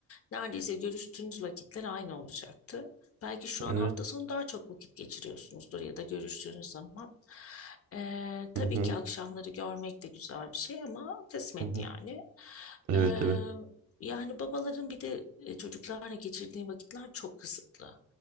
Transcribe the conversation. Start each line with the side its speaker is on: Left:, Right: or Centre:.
Left: neredeyse görüştüğünüz vakitler aynı olacaktı. Belki şu
Right: evet.
Left: an hafta sonu daha çok vakit geçiriyorsunuzdur ya da görüştüğünüz zaman. Ee, tabii
Right: Hı hı,
Left: ki akşamları görmek de güzel bir şey ama kısmet
Right: hı hı.
Left: yani.
Right: Evet
Left: Ee,
Right: evet.
Left: yani babaların bir de e, çocuklarla geçirdiği vakitler çok kısıtlı.